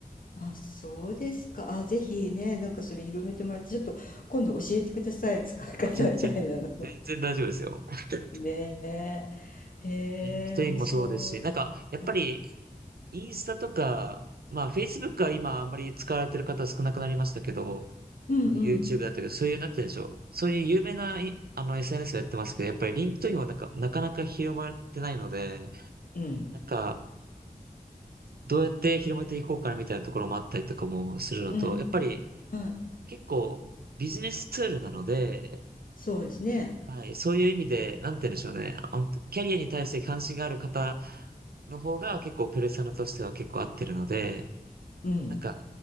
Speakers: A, on the left; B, on the right.
A: あ、そうですか。あ、ぜひね、なんかそれ広めてもらって、ちょっと今度教えてください。使い方みたいなの。
B: あ、全然、全然大丈夫ですよ。
A: <laughs>
B: <laughs>
A: ねえ。へえ、
B: リンクトインもそうですし、
A: 面白い。
B: なんか、やっぱり、
A: うん。
B: インスタとか、まあ、Facebook は今あんまり使われてる方少なくなりましたけど、
A: うんうん。
B: あの YouTube だったけど、そういう、なってるでしょう。そういう有名な、いあの、SNS をやってますけど、やっぱりリンクトインはなんか、なかなか広まってないので、
A: うん。
B: なんか、どうやって広めていこうかなみたいなところもあったりとかもするのと、
A: うん。
B: やっぱり
A: はい。
B: 結構ビジネスツールなので、
A: そうですね。
B: はい、そういう意味で、なんて言うんでしょうね。あのキャリアに対して関心がある方の方が結構ペルソナとしては結構合ってるので、
A: うん。
B: なんか、